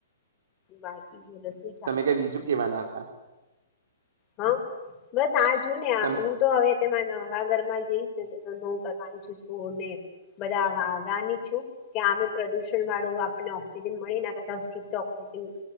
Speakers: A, on the left (about 30°); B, on the right (about 60°).
A: બાકી બોલશે
B: તમે કઈ બીજું કેવાના હતા
A: હા બસ આ જોુ ને
B: તમ
A: હું તો હવે તે હવા ઘરમાં જઈશ ને હું કરવાની છુને બધા આવવાની છું. કે અમે પ્રદુષણ વાળું આપણને ઓક્સિજન મળી નાખ શુદ્ધ ઓક્સિજન